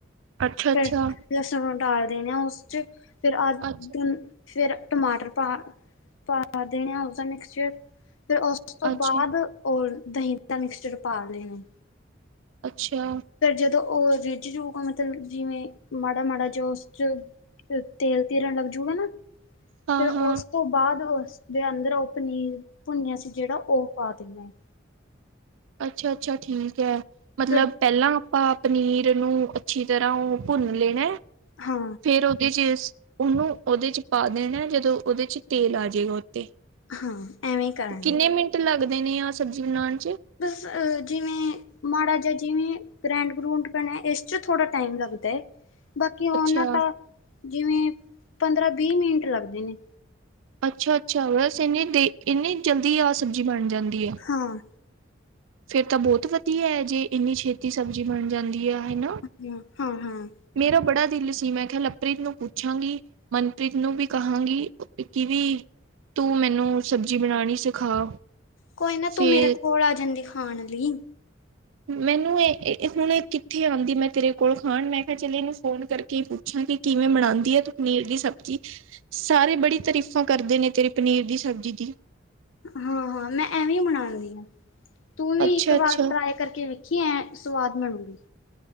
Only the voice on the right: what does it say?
ਅੱਛਾ, ਅੱਛਾ।
ਅੱਛਾ,
ਅੱਛਾ,
ਅੱਛਾ,
ਹਾਂ-ਹਾਂ,
ਅੱਛਾ ਅੱਛਾ ਠੀਕ ਐ। ਮਤਲਬ
ਪਹਿਲਾਂ- ਆਪਾ ਪਨੀਰ ਨੂੰ ਅੱਛੀ ਤਰ੍ਹਾਂ ਓ ਭੁੰਨ ਲੇਣਾ।
ਫੇਰ ਉਦੇ' ਚ- ਓਨੂੰ ਉਦੇ 'ਚ ਪਾ ਦੇਣਾ ਜਦੋਂ ਉਦੇ 'ਚ ਤੇਲ ਆ ਜੇਗਾ। ਓਹ ਤੇ-ਕਿੰਨੇ
ਮਿੰਟ ਲੱਗ- ਲਗਦੇ ਨੇ ਆ ਸਬਜ਼ੀ ਬਣਾਣ 'ਚ।
ਅੱਛਾ,
ਅੱਛਾ ਅੱਛਾ ਵੈਸੇ ਇੰਨੀ ਦੇ ਇਨੀ ਜਲਦੀ ਆਹ ਸਬਜ਼ੀ ਬਣ ਜਾਂਦੀ। ਐ।
ਫੇਰ ਤਾਂ ਬਹੁਤ ਵਧੀਆ ਐ ਜੇ ਇੰਨੀ ਛੇਤੀ ਸਬਜ਼ੀ ਬਣ ਜਾਂਦੀ ਆ। ਹੈਨਾ
ਮੇਰਾ ਬੜਾ ਦਿਲ ਸੀ ਮੈ- ਕਿਆ ਲਵਪ੍ਰੀਤ ਨੂੰ ਪੁੱਛਾਂਗੀ। ਮਨਪ੍ਰੀਤ ਨੂੰ ਵੀ ਕਹਾਂਗੀ ਕਿ ਵੀ ਤੂੰ ਮੈਨੂੰ ਸਬਜ਼ੀ ਬਣਾਣੀ ਸਿਖਾ।
ਫੇਰ
ਮੈਨੂੰ ਏ ਏ ਹੁਣ ਕਿੱਥੇ ਆਂਦੀ ਮੈਂ ਤੇਰੇ ਕੋਲ ਖਾਣ, ਮੈਂ ਕਿਹਾ ਚਲੇ ਇਹਨੂੰ ਫੋਨ ਕਰਕੇ ਪੁੱਛਾਂ ਕਿ ਕਿਵੇਂ ਬਨਾਦੀ ਆ ਤੂੰ ਪਨੀਰ ਦੀ ਸਬਜ਼ੀ। ਸਾਰੇ ਬੜੀ ਤਾਰੀਫ਼ਾਂ ਕਰਦੇ ਨੇ ਤੇਰੇ ਪਨੀਰ ਦੀ ਸਬਜ਼ੀ ਦੀ।
ਅੱਛਾ
ਅੱਛਾ